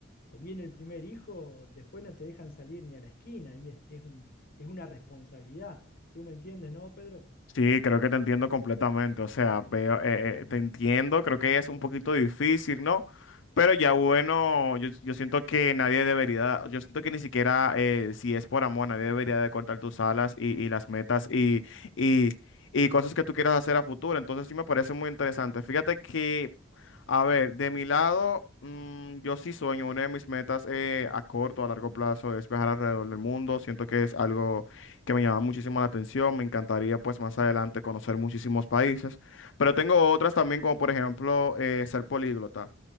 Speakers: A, on the left; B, on the left.
A: o viene el primer hijo, después no te dejan salir ni a la esquina y es, es un- es una responsabilidad. ¿Tú me entiendes, no, Pedro?
B: Sí, creo que te entiendo completamente. O sea, veo, eh, eh, te entiendo, creo que es un poquito difícil, ¿no? Pero ya bueno, yo, yo siento que nadie debería, yo siento que ni siquiera eh, si es por amor, nadie debería de cortar tus alas y, y las metas y, y, y cosas que tú quieras hacer a futuro. Entonces sí me parece muy interesante. Fíjate que, a ver, de mi lado, mm, yo sí sueño, una de mis metas eh, a corto, a largo plazo es viajar alrededor del mundo. Siento que es algo que me llama muchísimo la atención. Me encantaría pues más adelante conocer muchísimos países, pero tengo otras también como por ejemplo eh, ser políglota.